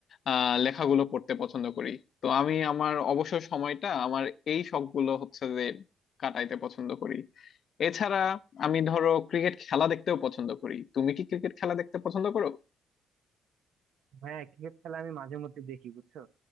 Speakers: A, on the left; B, on the right.
A: আহ লেখাগুলো পড়তে পছন্দ করি তো আমি আমার অবসর সময়টা আমার এই শখগুলো হচ্ছে যে কাটাইতে পছন্দ করি এছাড়া আমি ধরো ক্রিকেট খেলা দেখতেও পছন্দ করি তুমি কি ক্রিকেট খেলা দেখতে পছন্দ করো
B: হ্যাঁ ক্রিকেট খেলা আমি মাঝে মধ্যে দেখি বুঝছো